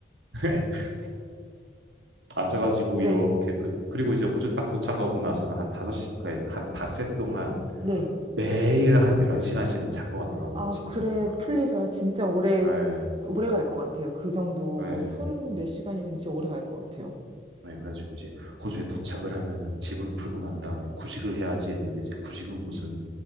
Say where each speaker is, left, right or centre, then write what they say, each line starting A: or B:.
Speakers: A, on the right (about 85°); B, on the right (about 30°).
A: <laughs> 앉아가지고
B: <laughs>
A: 이렇게
B: 네.
A: 그 그리고 이제 호주 딱 도착하고 나서는 한 다섯 시 그러니까 한 닷새 동안
B: 네.
A: 매일 한 11시간씩은 잔 것 같더라고요,
B: 아,
A: 진짜.
B: 그래, 풀리죠. 진짜 오래,
A: 예.
B: 오래 갈 것 같아요. 그 정도
A: 예.
B: 서른 몇 시간이면 진짜 오래 갈 것 같아요.
A: 예, 그래가지고 이제 호주에 도착을 하면은 집을 풀고 난 다음에 구직을 해야지 했는데 이제 구직은 무슨